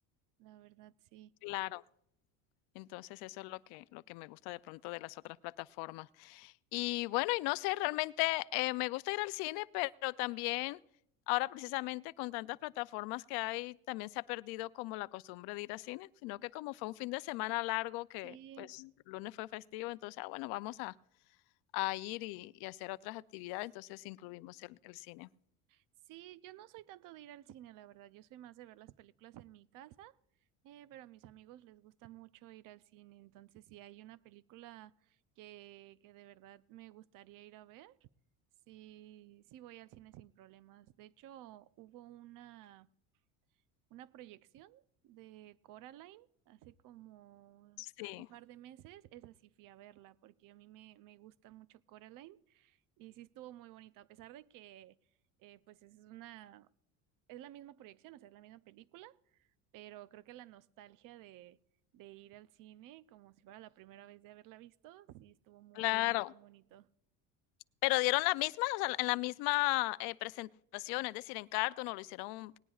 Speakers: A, on the right; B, on the left.
A: La verdad, sí.
B: Claro, entonces eso es lo que lo que me gusta de pronto de las otras plataformas. Y bueno, y no sé, realmente, eh, me gusta ir al cine, pero también ahora precisamente con tantas plataformas que hay, también se ha perdido como la costumbre de ir al cine, sino que como fue un fin de semana largo que,
A: Sí,
B: pues, lunes fue festivo, entonces, ah, bueno, vamos a a ir y y hacer otras actividades, entonces incluimos el el cine.
A: sí, yo no soy tanto de ir al cine, la verdad. Yo soy más de ver las películas en mi casa, eh, pero a mis amigos les gusta mucho ir al cine. Entonces, si hay una película que, que de verdad me gustaría ir a ver, sí, sí voy al cine sin problemas. De hecho, hubo una. una proyección de Coraline hace como
B: Sí,
A: un par de meses. Esa sí fui a verla porque a mí me, me gusta mucho Coraline y sí estuvo muy bonito a pesar de que eh, pues es una, es la misma proyección, o sea, es la misma película, pero creo que la nostalgia de, de ir al cine como si fuera la primera vez de haberla visto, sí estuvo muy
B: claro.
A: bonito.
B: Pero dieron la misma, o sea, en la misma, eh, presentación, es decir, en cartón, o lo hicieron